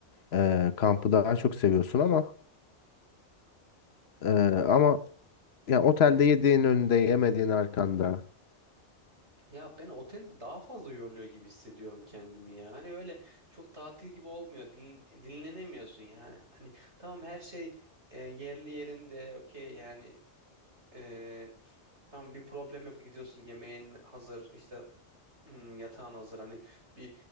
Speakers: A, on the left; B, on the right.
A: e, kampı daha çok seviyorsun ama e,
B: Abi kamp
A: ama ya otelde yediğin önünde yemediğin arkanda.
B: ya ben otelde daha fazla yoruluyor gibi hissediyorum kendimi ya. Hani böyle çok tatil gibi olmuyor. Din- dinlenemiyorsun yani. Hani tamam her şey e, yerli yerinde okey yani e, tamam bir problem yok gidiyorsun yemeğin hazır işte Hmm, yatağın hazır hani bir